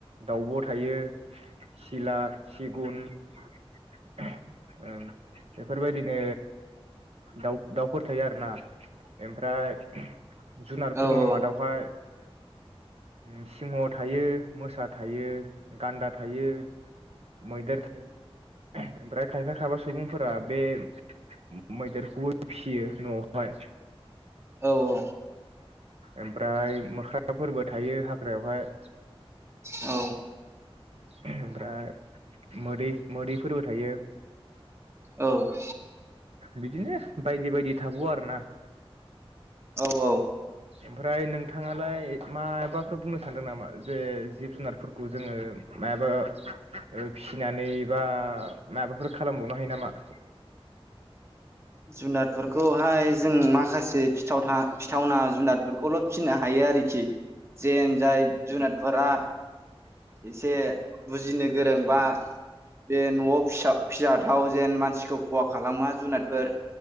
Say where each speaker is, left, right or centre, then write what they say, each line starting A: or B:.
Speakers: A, on the right; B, on the right.
A: दाउब' थायो सिला सिगुन। <unintelligible> ओ बेफोरबायदिनो दाउ दाउफोर थायो आरोना एमफ्राय <unintelligible> जुनारफोरनि
B: औ
A: मादावहाय उम सिंह' थायो मोसा थायो गान्दा थायो मैदेर ओ ओमफ्राय खायफा खायफा सुबुंफोरा बे मो मैदेरखौबो फियो न'आवहाय।
B: औ औ।
A: ओमफ्राय मोख्राफोरबो थायो हाग्रायावहाय।
B: औ।
A: <unintelligible> ओमफ्राय मोदै मोदैफोरबो थायो।
B: औ <inaudible>
A: बिदिनो बायदि बायदि थाबावो आरोना।
B: औ औ
A: ओमफ्राय नोंथाङालाय माबाफोर बुंनो सानदों नामा जे जिब जुनारफोरखौ जोङो माबा ओ फिसिनानै बा माबाफोर खालामबाव नो हायो नामा? <inaudible>
B: जुनारफोरखौहाय जों माखास से फिथावथा फिथावना जुनादफोरखौल' फिसिनो हायो आरोखि जेन जाय जुनादफोरा एसे बुजिनो गोरोंबा बे न'आव फिसा फि जाथाव जेन मानसिखौ खहा खालामा जुनादफोर।